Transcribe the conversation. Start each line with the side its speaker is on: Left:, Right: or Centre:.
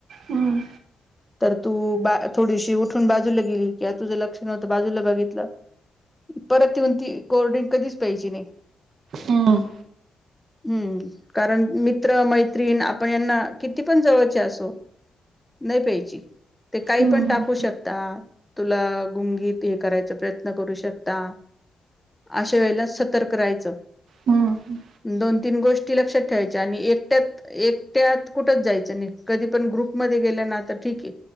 Right: हम्म.
Centre: हा <inaudible> तर तू बा थोडीशी उठून बाजूला गेली कि तुझं लक्ष नव्हतं बाजूला बघितलं परत येऊन ती कोल्ड्रिंक कधीच प्यायची नाही.
Right: हम्म.
Centre: हँ <unintelligible> हम्म कारण मित्र मैत्रीण आपण यांना किती पण जवळचे असो नाही प्यायची. ते काही
Right: हम्म
Centre: पण टाकू शकता तुला गुंगीत हे करायचा प्रयत्न करू शकता. अशा वेळेला सतर्क राहायच.
Right: हम्म.
Centre: दोन, तीन गोष्टी लक्षात ठेवायच्या आणि एकट्यात एकट्यात कुठंच जायचं नाही कधी पण ग्रुपमध्ये गेलं ना तर ठीक आहे.